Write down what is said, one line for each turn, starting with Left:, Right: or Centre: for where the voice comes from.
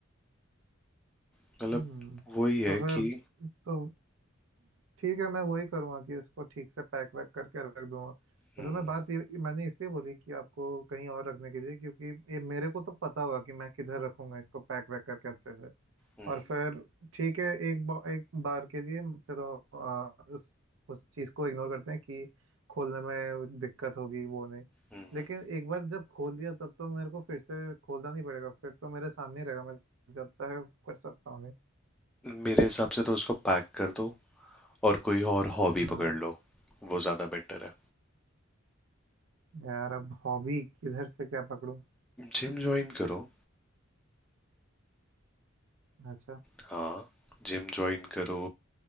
Centre: मतलब
Right: हम्म
Centre: वही है
Right: तो फिर
Centre: कि
Right: तो ठीक है मैं वही करूँगा कि इसको ठीक से पैक वैक करके रख दूंगा
Centre: हम्म
Right: असल में बात ये मैंने इसलिए बोली कि आपको कहीं और रखने के लिए क्योंकि ये मेरे को तो पता होगा कि मैं किधर रखूंगा इसको पैक वैक करके अच्छे से
Centre: हम्म
Right: और फिर ठीक है एक बा, एक बार के लिए चलो आ, उस उस चीज़ को इग्नोर करते हैं कि खोलने में दिक्कत होगी वो नहीं
Centre: हम्म
Right: लेकिन
Centre: हम्म।
Right: एक बार जब खोल दिया तब तो मेरे को फिर से खोलना नहीं पड़ेगा फिर तो मेरे सामने ही रहेगा मैं जब चाहे कर सकता हूँ नहीं
Centre: मेरे हिसाब से तो उसको पैक कर दो और कोई और हॉबी
Right: हाँ
Centre: पकड़ लो वो ज़्यादा बेटर है
Right: यार अब हॉबी किधर से क्या पकड़ूं
Centre: जिम ज्वाइन करो
Right: अच्छा
Centre: हाँ जिम ज्वाइन करो